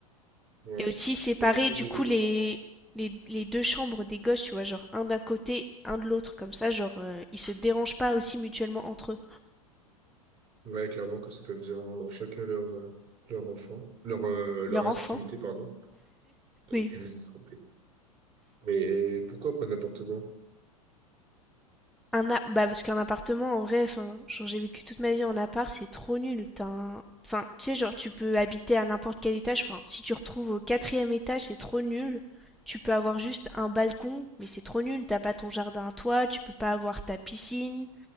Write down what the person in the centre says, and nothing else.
Et aussi séparer
du
coup
les,
les, les deux chambres des gosses, tu vois, genre un d'un côté, un de l'autre, comme ça, genre euh, ils se dérangent pas aussi mutuellement entre eux.
Leur
enfant.
Oui.
Un a- bah parce qu'un appartement, en vrai, enfin, genre j'ai vécu toute ma vie en appart, c'est trop nul. T'as un- Enfin, tu sais, genre tu peux habiter à n'importe quel étage. Enfin, si tu retrouves au quatrième étage, c'est trop nul. Tu peux avoir juste un balcon, mais c'est trop nul. T'as pas ton jardin à toi, tu peux pas avoir ta piscine.